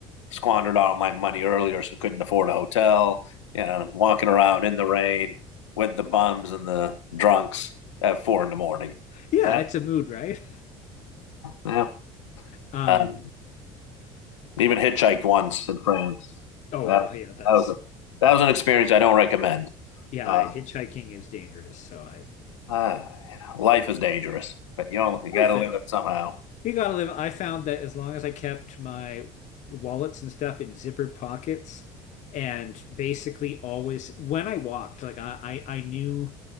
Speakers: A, on the left (about 85°); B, on the left (about 55°).
A: squandered all my money earlier, so couldn't afford a hotel, you know, walking around in the rain with the bums and the drunks at four in the morning.
B: Yeah,
A: Yeah.
B: it's a mood, right?
A: Yeah.
B: Um,
A: Um, even hitchhiked once in France.
B: oh
A: That,
B: wow, yeah, that's
A: that was a, that was an experience I don't recommend.
B: yeah,
A: Uh,
B: hitchhiking is dangerous, so I
A: Uh, you know, life is dangerous, but you only got
B: life
A: to
B: is.
A: live it somehow.
B: You gotta live. I found that as long as I kept my wallets and stuff in zippered pockets and basically always when I walked, like I, I, I knew